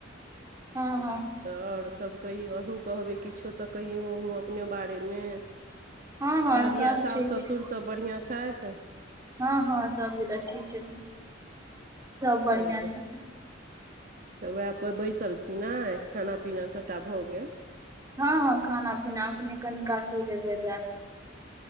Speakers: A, on the right (about 15°); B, on the right (about 45°).
A: हँ
B: तऽ
A: हँ
B: आओर स सभ कहियौ अहीँ कहबै किछो तऽ कहियौ अहूँ अपने बारेमे
A: हँ हँ
B: दादिया
A: सब
B: सासु
A: ठीक छै
B: ससुरसभ बढ़िआँ छथि
A: हँ हँ सभगोट ठीक छथिन सभ बढ़िआँ
B: उएह
A: छथिन
B: तऽ उएहप बैसल छी ने खाना पीना सभटा भऽ गेल
A: हँ हँ खाना पीना आखने कनक क जेब